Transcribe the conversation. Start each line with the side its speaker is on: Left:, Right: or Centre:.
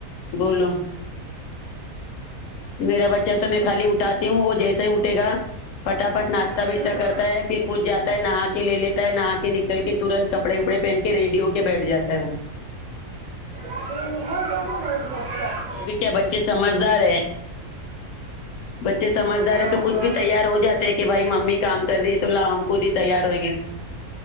Left: بولو میرا بچہ تو میں خالی اٹاتی ہوں وہ جیسا ہی اٹے گا پٹافٹ ناشتہ وشہ
Right: ہوں
Left: کرتا ہے پھر خود جاتا ہے نہا کے لے لیتا ہے نہا کے نکل کے ترنت کپڑے وپڑے پہن کے ریڈی کے بیٹھ جا ہے وہ
Right: <unintelligible>
Left: ابھی کیا بچے سمجھدار ہے بچے سمجھدار
Right: بابا
Left: ہے تو خود بھی تیار ہو جاتے ہیں کہ بھائی ممی کام کر رہی ہے تو لاؤ ہم خود ہی تیار ہوں گے